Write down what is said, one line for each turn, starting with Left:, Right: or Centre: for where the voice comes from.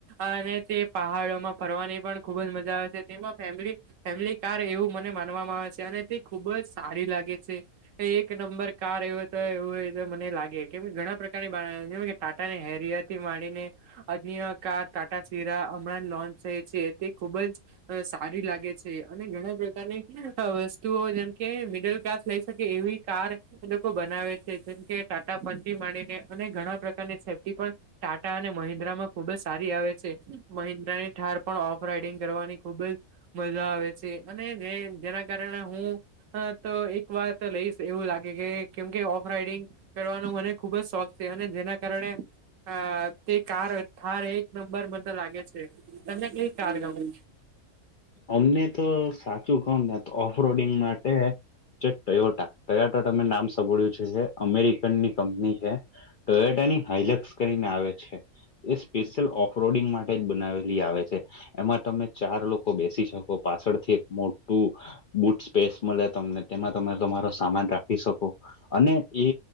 Right: અને તે પહાડોમાં ફરવાની પણ ખુબ જ મજા આવે છે. તેમાં ફેમિલી ફેમિલી કાર એવું મને માનવામાં આવે છે. અને તે ખુબ જ સારી લાગે છે. એક નંબર કાર એવ તો એવું મને લાગે. કેમ ઘણા પ્રકારની ટાટાને હેરિયાથી માંડીને અન્ય કાર ટાટા સીરા હમણાં લોન્ચ થાય છે તે ખુબ જ સારી લાગે છે. અને ઘણા પ્રકારની વસ્તુઓ જેમ કે મિડલ ક્લાસ લઈ શકે એવી કાર. એ લોકો બનાવે છે જેમ કે ટાટા ફનથી માંડીને અને ઘણા પ્રકારની છેથી પણ ટાટા અને મહિન્દ્રા માં ખુબ જ સારી આવે છે મહિન્દ્રાની ઠાર પણ ઓફ રાઈડિંગ કરવાની ખુબ જ મજા આવે છે અને જેના કારણે હું. હા તો એક વાત લઈશ એવું લાગે કે કેમ કે ઓફ રાઈડિંગ. કરવાનો મને ખુબ જ શોખ છે અને જેના કારણે. હ તે કાર હાર એક નંબર મ લાગે છે તમને કઈ કાર ગમે.
Left: અમને તો સાચું કોણ ને ઓફ રડિંગ માટે. જે ટયોટા ટયોટા તમે નામ સાભોળ્યું છે જે અમેરિકનની કંપની છે. ટયોટાની હાઈલટસ કરીને આવે છે. એ સ્પેશિયલ ઓફ રડિંગ માટે જ બનાવેલી આવે છે એમાં તમે ચાર લોકો. બેસી શકો પાછળથી એક મોટું. બુટ સ્પેસ મળે તમને તેમાં તમે તમારો સામાન રાખી શકો. અને એ